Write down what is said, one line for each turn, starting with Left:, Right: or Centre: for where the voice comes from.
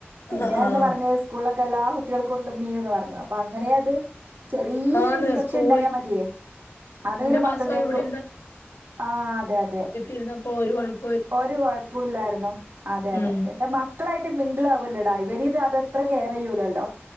Right: പിന്നെന്ന്
Left: ആഹ്
Right: പറഞ്ഞ് സ്കൂളിലൊക്കെ എല്ലാ കുട്ടികൾക്കും ഇണ്ടെന്ന് ഇമ്മയെന്ന് പറഞ്ഞു, അപ്പൊ അങ്ങനെ അത്. ചെറിയൊരു
Left: ആന്ന്
Right: ഇൻഫെക്ഷൻ
Left: സ്കൂളി
Right: ഉണ്ടായാ മതിയേ അതെവരെ
Left: മാസം
Right: മക്കളിലേക്കു
Left: ഇവിടെ
Right: ആഹ് അതെ അതെ,
Left: ഇരിന്നപ്പോൾ ഒരു കൊഴപ്പ
Right: ഒരു കൊഴപ്പുല്ലായിരുന്നു, അതെ അതെ,
Left: ഉം
Right: മക്കളായിട്ട് മിംഗിൾ അവല്ലടായി ഇവർ ഇത് അതത്രെ കെയർ ചെയ്യൂല്ലല്ലോ,